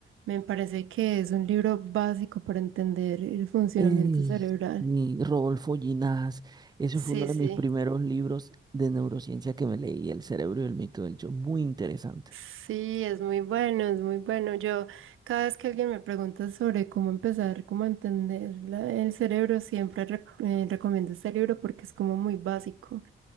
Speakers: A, on the right; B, on the right.
A: Me parece que es un libro básico para entender el funcionamiento
B: Ey,
A: cerebral.
B: y Rodolfo Ginás, ese
A: Sí,
B: fue uno de
A: sí.
B: mis primeros libros de neurociencia que me leí, El cerebro y el mito del yo, muy interesante.
A: Sí, es muy bueno, es muy bueno. Yo, cada vez que alguien me pregunta sobre cómo empezar, cómo entender la- el cerebro, siempre rec- eh, recomiendo este libro porque es como muy básico.